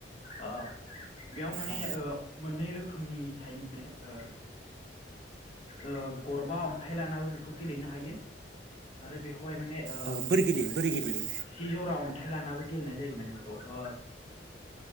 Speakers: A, on the left; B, on the right.
A: ओ बेयाव माने
B: औ
A: ओ मोननै रोखोमनि थायो ने ओ ओ गरबा अन्थाइ लानाबो बेखौ गेलेनो हायो। आरो बेखौहाय माने ओ
B: औ बोरै गेलेयो बोरै गेलेयो
A: जिजरा अन थाय लानाबो गेलेनाय जायो माने बेखौ ओ